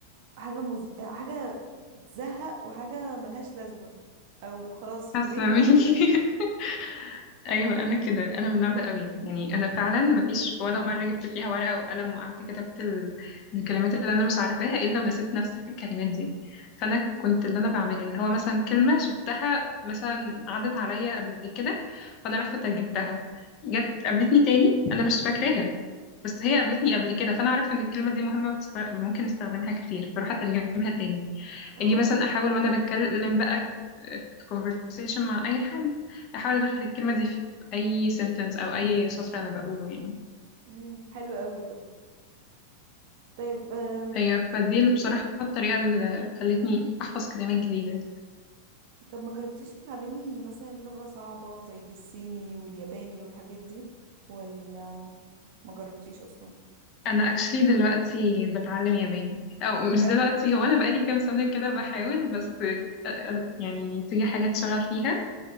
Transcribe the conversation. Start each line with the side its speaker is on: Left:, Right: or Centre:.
Right: حاجة مز... حاجة تزهق وحاجة ملهاش لازمة او خلاص يومين
Left: حاسه
Right: وهنساها
Left: منكي <laughs> ايوه انا كده انا من النوع ده قوي يعني انا فعلا ما فيش ولا مره جبت فيها ورقه وقلم وقعدت كتبت ال- الكلمات اللي انا مش عارفاها الا ونسيت نفس الكلمات دي فانا كنت اللي انا بعمله اللي هو مثلا كلمه شفتها مثلا عدت عليا قبل كده فانا رحت ترجمتها جت قابلتني تاني انا مش فاكراها بس هي قابلتني قبل كده فانا اعرف ان الكلمه دي مهمه بتست... ممكن استخدمها كتير فاروح اترجمها تاني
Right: او
Left: اجي مثلا احاول وانا بتكلم بقى في conversation مع اي حد احاول ادخل الكلمه دي في اي sentence او اي سطر انا بقوله يعني
Right: امم حلو قوي ده طيب آم،
Left: هي فدي اللي بصراحه الطريقه اللي خلتني احفظ كلمات جديده
Right: طب ما جربتيش تتعلمي مثلا لغة صعبة زي الصيني والياباني والحاجات دي ولا ما جربتيش اصلا
Left: انا actually دلوقتي بتعلم ياباني او مش
Right: بجد
Left: دلوقتي
Right: والله
Left: هو انا بقالي كام سنه كده بحاول بس آه، آه، يعني تيجي حاجات شغال فيها